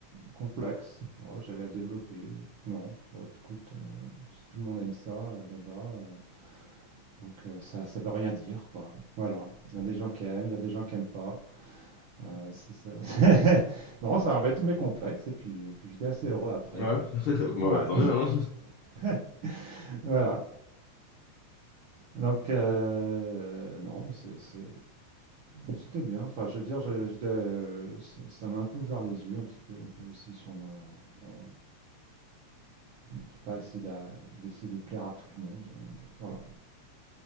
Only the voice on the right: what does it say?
complexes voilà, que j'avais à développer. Non, bon, écoute, euh, si tout le monde aime ça euh, là-bas, euh, donc euh, ça, ça veut rien dire, quoi. Voilà, il y a des gens qui aiment, il y a des gens qui aiment pas. Euh, si ça... <laughs> non, ça enlevait tous mes complexes et puis, puis j'étais assez heureux après,
quoi.
Ouais.
<laughs> Voilà. Donc, euh, non, c'est- c'est- c'était bien. Enfin, je veux dire, j'ai- j'étais, euh, ça ça m'a un peu ouvert les yeux, un petit peu, un peu aussi sur ma. Bon, je sais pas, essayer d'a- d'essayer de plaire à tout le monde. euh, voilà.